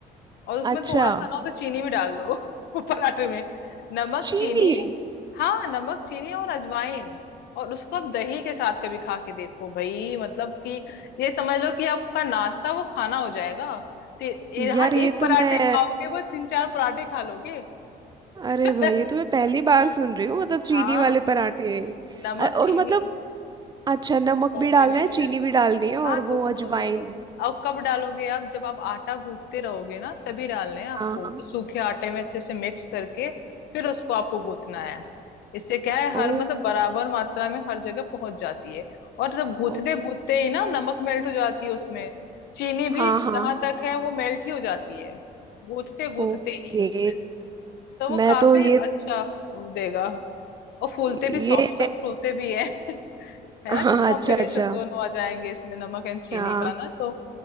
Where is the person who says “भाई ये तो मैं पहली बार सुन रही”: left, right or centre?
Right